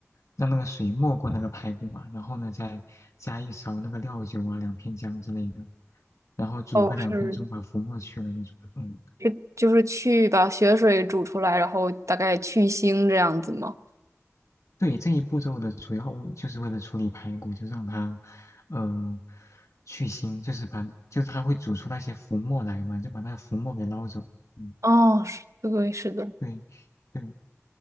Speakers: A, on the left; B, on the right.
A: 让那个水没过那个排骨嘛，然后呢再加一勺那个料酒啊，两片姜之类的，然后煮个两分钟，
B: 哦，是
A: 把浮沫去了那种嗯，
B: 是就是去把血水煮出来，然后大概去腥这样子吗？
A: 对，这一步骤的主要目就是为了处理排骨，就让它嗯、去腥，就是把就是它会煮出那些浮沫来嘛，就把那浮沫给捞走。嗯，
B: 哦，是，对，是的。
A: 对。对